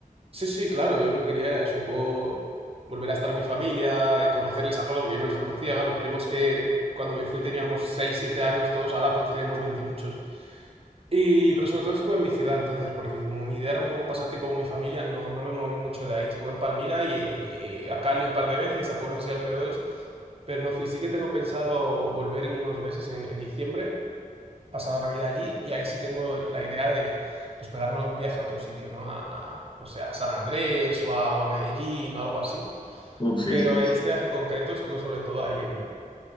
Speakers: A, on the right; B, on the left.
A: Sí, sí, claro, yo lo que quería era eso, un poco volver a estar con mi familia, eh, conocerles a todos, porque yo no les conocía, a los primos que cuando me fui teníamos seis, siete años todos, ahora todos teníamos 20 y muchos. Y, pero sobre todo estuve en mi ciudad entonces, porque como mi idea era un poco pasar tiempo con mi familia, no, no me moví mucho de ahí. Estuve en Palmira y, y- y a Cali un par de veces, a pueblos así alrededores, pero no fui. Sí que tengo pensado volver en unos meses, en, en diciembre, pasar la Navidad allí y ahí sí tengo la idea de pues pegarme algún viaje a otro sitio, ¿no? A, a, no sé, a San Andrés o a, o a Medellín o algo así.
B: Uf, sí,
A: Pero
B: sí.
A: en este viaje en concreto estuve sobre todo ahí en,